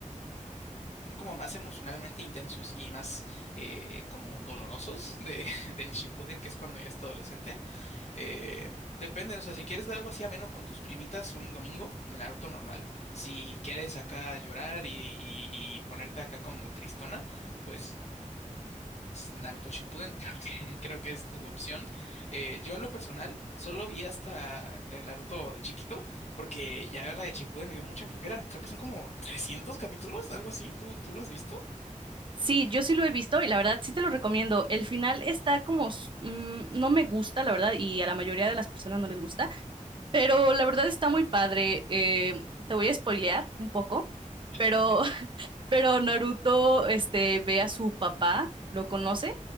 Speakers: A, on the left; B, on the right.
A: como más emocionalmente intensos y más eh, como dolorosos de, <laughs> del Shippuden, que es cuando ya es adolescente. Eh, depende, o sea, si quieres ver algo así ameno con tus primitas un domingo, Naruto normal. Si quieres acá llorar y, y- y ponerte acá como tristona, pues Naruto Shippuden <laughs> creo que, creo que es tu opción. Eh, yo en lo personal solo vi hasta el Naruto chiquito, porque ya ver la de Shippuden me dio mucha flojera. Creo que son como 300 capítulos, algo así. ¿Tú, tú lo has visto?
B: Sí, yo sí lo he visto y la verdad sí te lo recomiendo. El final está como, s- mm, no me gusta, la verdad, y a la mayoría de las personas no les gusta, pero la verdad está muy padre. Eh, te voy a spoilear un poco.
A: <laughs>
B: Pero Pero Naruto, este, ve a su papá, lo conoce,